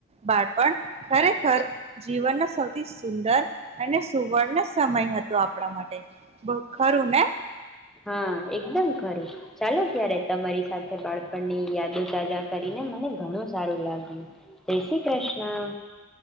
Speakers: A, on the right (about 30°); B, in the centre.
A: બાળપણ ખરેખર જીવનનો સૌથી સુંદર અને સુવર્ણ સમય હતો આપણા માટે ખરું ને.
B: હા એકદમ ખરું ચાલો ત્યારે તમારી સાથે બાળપણની યાદો તજા કરીને મને ઘણું સારું લાગ્યું જય શ્રી કૃષ્ણ.